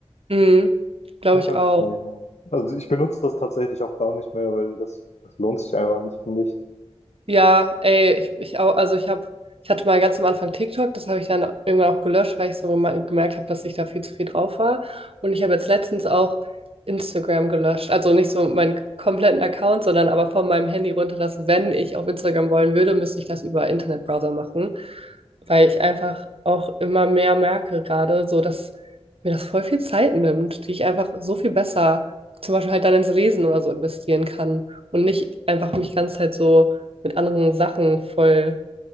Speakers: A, on the right; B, on the left.
A: mhm. glaube
B: kann
A: ich
B: schon
A: auch.
B: gut sein. Ja. Also ich benutze das tatsächlich auch gar nicht mehr, weil das, das lohnt sich einfach nicht, finde ich.
A: Ja, ey, ich, ich auch, also ich habe, ich hatte mal ganz am Anfang TikTok, das habe ich dann irgendwann auch gelöscht, weil ich so gema- gemerkt habe, dass ich da viel zu viel drauf war. Und ich habe jetzt letztens auch Instagram gelöscht. Also nicht so meinen kompletten Account, sondern aber von meinem Handy runter, dass wenn ich auf Instagram wollen würde, müsste ich das über Internetbrowser machen. Weil ich einfach auch immer mehr merke gerade, so dass mir das voll viel Zeit nimmt, die ich einfach so viel besser zum Beispiel halt dann ins Lesen oder so investieren kann und nicht einfach mich ganz halt so mit anderen Sachen voll,